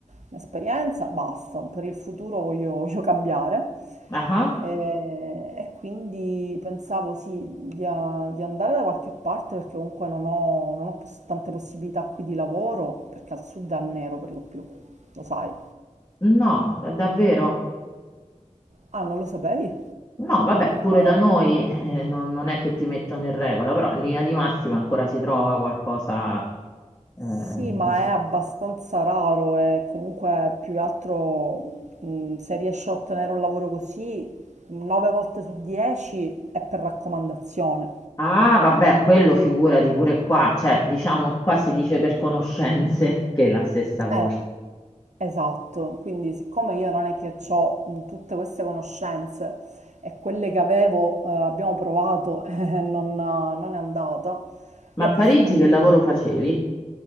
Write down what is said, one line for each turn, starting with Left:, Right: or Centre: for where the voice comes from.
Right: un'esperienza, basta. Per il futuro voglio, <laughs> voglio cambiare.
Left: Ah,
Right: E, e quindi pensavo sì, di, a- di andare da qualche parte perché comunque non ho, non ho pos- tante possibilità qui di lavoro, perché al sud è a nero per lo più, lo sai.
Left: no, davvero?
Right: Ah, non lo sapevi?
Left: No, vabbè, pure
Right: Eh,
Left: da noi eh, non, non è che ti mettono in regola, però in linea di massima ancora si trova qualcosa. eh,
Right: Sì,
Left: dic-
Right: ma è abbastanza raro e comunque più che altro mh, se riesci a ottenere un lavoro così, 9 volte su 10 è per raccomandazione.
Left: Ah, vabbè, quello figurati pure qua, cioè diciamo qua
Right: Eh,
Left: si dice per conoscenze, <laughs> che è la stessa cosa.
Right: eh, esatto, quindi siccome io non è che ho tutte queste conoscenze e quelle che avevo eh, abbiamo provato <laughs> e non, non è andata,
Left: Ma
Right: io
Left: a
Right: a
Left: Parigi
Right: questo punto
Left: che lavoro facevi?